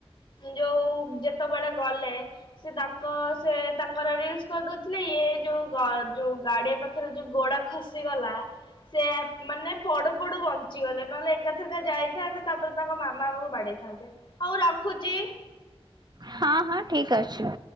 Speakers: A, on the left; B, on the right.
A: ଯୋଉ ଯେତେବେଳେ ଗଲେ ସେ ତାଙ୍କ ସେ ତାଙ୍କର ରିଲସ କରିଦଉଥିଲେ ଇଏ ଯୋଉ ଯୋଉ ଗାଡିଆ ପାଖରେ ଯୋଉ ଗୋଡ ଖସିଗଲା ସେ ମାନେ ପଡୁ ପଡୁ ବଞ୍ଚିଗଲେ ନହେଲେ ଏକାଥର ଏକ ଯାଇଥାନ୍ତେ ତାପରେ ତାଙ୍କ ମାମା ଆମକୁ ବାଡେଇଥାନ୍ତେ ହଉ ରଖୁଛି।
B: ହଁ ହଁ ଠିକ ଅଛି।